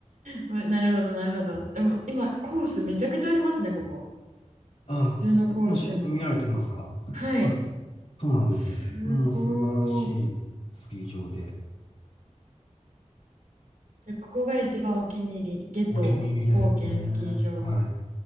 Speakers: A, on the right (about 85°); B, on the left (about 60°).
A: まなるほどなるほど。でも今、コースめちゃくちゃありますね、ここ。
B: ああ、
A: 普通のコースでも。
B: もし、見られてみますかあ
A: はい。
B: そうなんです。
A: すごい。
B: もう素晴らしいスキー場で、
A: でここが一番お気に入り。夏油高原スキー場。
B: お気に入りですね。はい。